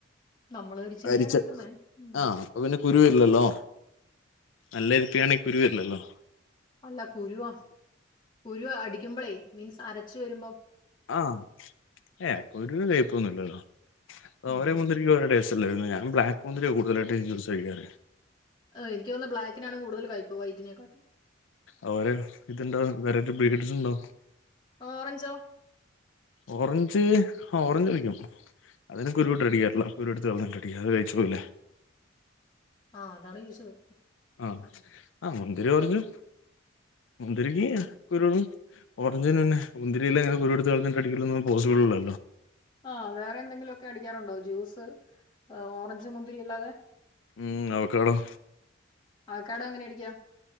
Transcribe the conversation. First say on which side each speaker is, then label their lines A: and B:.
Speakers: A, on the left; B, on the left.
A: നമ്മള് കരിച്ച് തന്നെയാണ്
B: അരിച്ച്
A: എടുക്കുന്നേ ഉം
B: ആഹ് അപ്പൊ പിന്നെ കുരുവില്ലല്ലോ നല്ല അരിപ്പ ആണെങ്കി കുരുവരില്ലല്ലോ
A: അല്ല കുരുവാ കുരുവാ അടിക്കുമ്പളേ മീൻസ് അരച്ചു വരുമ്പോ
B: ആഹ് ഏ കുരൂന് കയ്പ്പൊന്നും ഇല്ലല്ലോ
A: ഉം
B: ഓരേ
A: ഉം
B: മുതിരിക്ക് ഓരോ ടേസ്റ്റാ അല്ലെ വര്ന്നെ ഞാൻ ബ്ലാക്ക് മുന്തിരിയാ കൂടുതലായിട്ടും ജ്യൂസ് അടിക്കാറ്
A: ഏഹ് എനിക്ക് തോന്നുന്നെ ബ്ലാക്കിനാണ് കൂടുതൽ കൈപ്പ് വൈറ്റിനെക്കാട്ടും
B: അവരെ ഇത്ണ്ടോ വെറൈറ്റി ബ്രീഡ്സ് ഇണ്ടാവും
A: ഓറഞ്ചോ
B: ഓറഞ്ച് ഓറഞ്ച് കഴിക്കും അതിന് കുരുവിട്ട് അടിക്കാറില്ല കുരുവെടുത്ത് കളഞ്ഞിട്ട് അടിക്കും അല്ലാതെഅത് കയിച്ചുപോകില്ലേ
A: ആ അതാണ് ചോയിച്ചത്
B: ആഹ് ആഹ് മുന്തിരി കൊർച് മുന്തിരിക്ക്
A: ഓക്കെ
B: കുരുകളും ഓറഞ്ചിന് പിന്നെ മുന്തിരിയിലങ്ങനെ കുരുവെടുത്ത് കളഞ്ഞിട്ട് അടിക്കലൊന്നും പോസിബിൾ അല്ലല്ലോ
A: ആഹ് വേറെ എന്തെങ്കിലുമൊക്കെ അടിക്കാറുണ്ടോ ജ്യൂസ് ഓറഞ്ച് മുന്തിരി അല്ലാതെ
B: ഉം അവക്കാടോ
A: അവകാടോഎങ്ങനെ അടിക്കാ